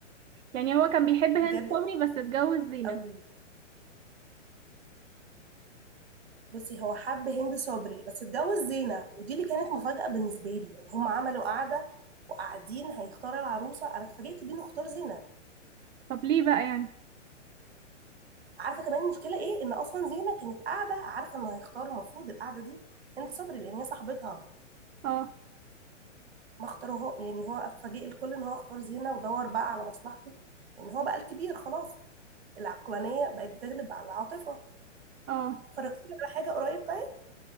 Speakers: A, on the right; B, on the right.
A: يعني هو كان بيحب هند
B: بجد
A: صبري بس اتجوز زينة
B: قوي بصي هو حب هند صبري بس اتجوز زينه ودي اللي كانت مفاجاه بالنسبه لي يعني هما عملوا قعده وقاعدين هيختار العروسه انا اتفاجئت بيه انه اختار زينه
A: طب ليه بقى يعني
B: عارفه كمان المشكله ايه ان اصلا زينه كانت قاعده عارفه انه هيختار المفروض القعده دي هند صبري لان هي صاحبتها
A: اه
B: ما اختاروها يعني هو اتفاجئ الكل ان هو اختار زينه ودور بقى على مصلحته ان هو بقى الكبير خلاص العقلانيه بقت بتغلب على العاطفه
A: اه
B: اتفرجتي على حاجه قريب طيب